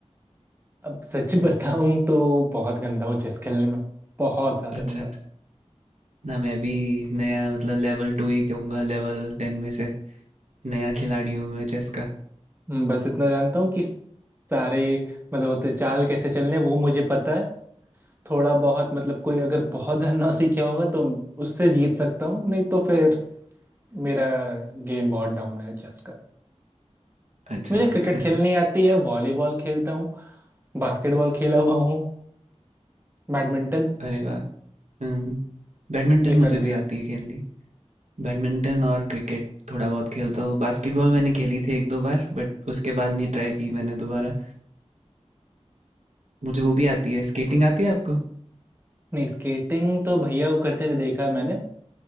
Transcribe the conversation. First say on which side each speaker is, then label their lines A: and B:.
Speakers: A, on the right (about 20°); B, on the right (about 80°).
A: अब सच <laughs> बताऊँ तो बहुत गंदा हूँ चेस खेलने में बहुत ज़्यादा
B: अच्छा
A: गंदा
B: अच्छा ना मैं भी नया मतलब लेवल टू ही कहूँगा लेवल टेन में से नया खिलाड़ी हूँ मैं चेस का
A: हम्म, बस इतना जानता हूँ कि सारे मतलब होते चाल कैसे चलने हैं, वो मुझे पता है थोड़ा बहुत मतलब कोई अगर बहुत ज़्यादा ना सीखा होगा तो उससे जीत सकता हूँ नहीं तो फिर मेरा गेम बहुत डाउन है चेस
B: अच्छा
A: मुझे क्रिकेट
B: <laughs>
A: खेलनी आती है वॉलीबॉल खेलता हूँ बास्केटबॉल खेला हुआ हूँ बैडमिंटन
B: अरे वाह हम्म बैडमिंटन
A: ये सारी
B: मुझे
A: चीज़ें
B: भी आती है खेलनी बैडमिंटन और क्रिकेट थोड़ा बहुत खेलता हूँ बास्केटबॉल मैंने खेली थी एक दो बार बट उसके बाद नहीं ट्राई की मैंने दोबारा मुझे वो भी आती है स्केटिंग आती है आपको
A: नहीं स्केटिंग तो भैया को करते हुए देखा है मैंने